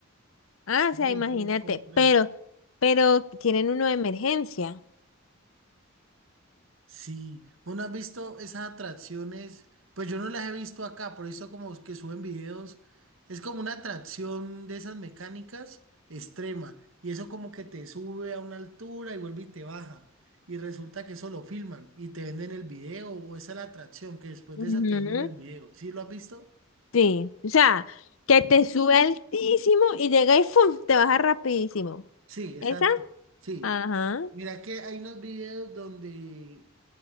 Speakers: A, on the left; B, on the right.
A: Ah,
B: Sí,
A: o sea, imagínate,
B: eso es complejo.
A: pero, pero tienen uno de emergencia.
B: Sí, ¿vos no has visto esas atracciones? Pues yo no las he visto acá, por eso como que suben videos. Es como una atracción de esas mecánicas extrema. Y eso como que te sube a una altura y vuelve y te baja. Y resulta que eso lo filman y te venden el video o esa es la atracción que después de
A: Ujú.
B: eso te venden el video. ¿Sí lo has visto?
A: Sí, o sea, que te sube altísimo y llega y ¡fum! te baja rapidísimo.
B: Sí, exacto.
A: ¿Esa?
B: Sí.
A: Ajá.
B: Mira que hay unos videos donde,